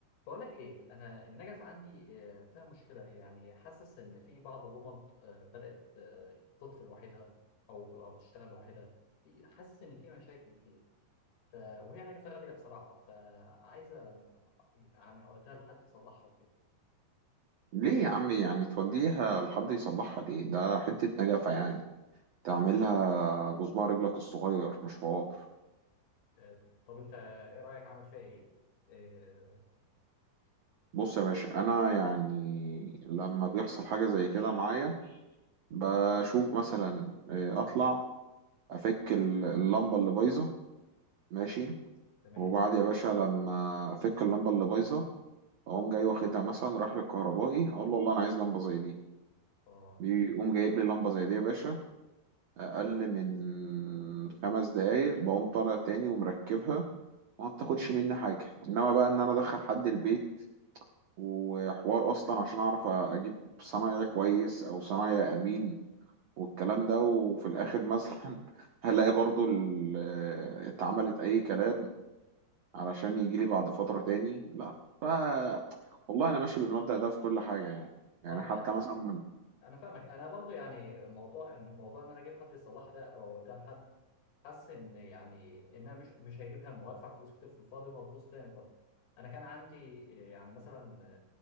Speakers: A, on the left; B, on the right.
A: بقولك ايه انا النجف عندي آه، فيها مشكله يعني حاسس ان في بعض اللمض آه، بدات آه، تطفي لوحدها او او تشتغل لوحدها في حاسس ان في مشاكل فيها ف وهي نجفه غاليه بصراحه فعايزه يعني اوديها لحد يصلحها وكده
B: ليه يا عم يعني توديها لحد يصلحها ليه ده حتة نجفة يعني تعملها بصباع رجلك الصغير مش حوار
A: آه، طب انت ايه رايك عامل فيها ايه آه،
B: بص يا باشا انا يعني لما بيحصل حاجة زي كده معايا بشوف مثلا إيه، اطلع افك ال- اللمبة اللي بايظة ماشي
A: تمام
B: وبعد يا باشا لما افك اللمبة اللي بايظة اقوم جاي واخدها مثلا رايح للكهربائي اقول له والله انا عايز لمبة زي دي
A: اه
B: بيقوم جايب لي لمبة زي دي يا باشا اقل من خمس دقايق بقوم طالع تاني ومركبها وما بتاخدش مني حاجه انما بقى ان انا ادخل حد البيت وحوار اصلا عشان اعرف اجيب صنايعي كويس او صنايعي امين والكلام ده وفي الاخر مثلا <laughs> هلاقي برضو ال- آه، اتعملت اي كلام علشان يجي لي بعد فتره تاني لا ف والله انا ماشي بالمبدأ ده في كل حاجه يعني يعني
A: آه،
B: حتى
A: انا فاهمك
B: مثلا من
A: انا فاهمك انا برضو يعني موضوع ان موضوع ان انا اجيب حد يصلحها ده او اوديها لحد حس ان يعني انها مش مش هيجيب همه وهدفع فلوس كتير في الفاضي وهتبوظ تاني بقى انا كان عندي آه، يعني مثلا